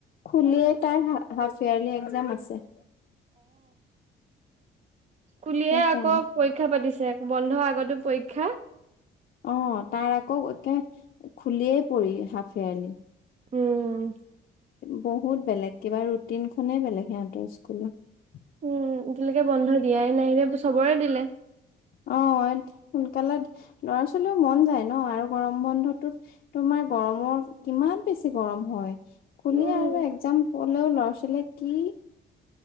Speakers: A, on the left (about 50°); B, on the right (about 35°).
A: খুলিয়ে তাৰ হা-হাফ এয়াৰলি আ <unintelligible> যাম আছে।
B: খুলিয়ে
A: সেইকাৰণে
B: আকৌ পৰীক্ষা পাতিছে, বন্ধ আগতো পৰীক্ষা।
A: অ', তাৰ আকৌ একে খুলিয়েই পৰি, হাফ ইয়াৰলি।
B: উম।
A: বহুত বেলেগ, কিবা ৰুটিনখনেই বেলেগ সিহঁতৰ স্কুলত।
B: উম, এতিয়ালৈকে বন্ধ দিয়াই নাই, চবৰে দিলে।
A: অ', সোনকালে ল'ৰা ছোৱালীও মন যায় ন' আৰু গৰম বন্ধটোত তোমাৰ গৰমৰ, কিমান বেছি গৰম হয়। খুলিয়ে
B: উম
A: আৰু একজাম পলেও, ল'ৰা ছোৱালীয়ে কি